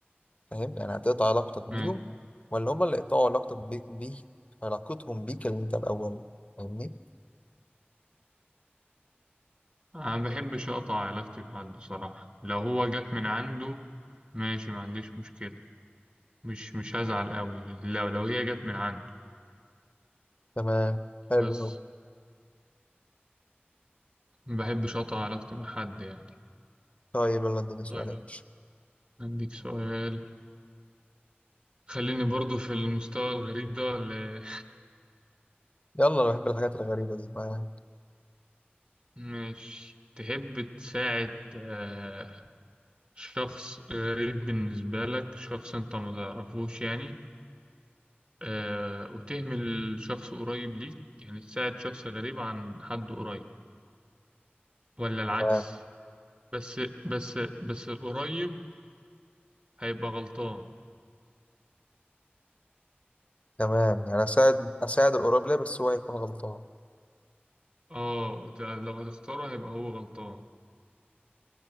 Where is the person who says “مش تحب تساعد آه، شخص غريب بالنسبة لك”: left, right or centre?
Right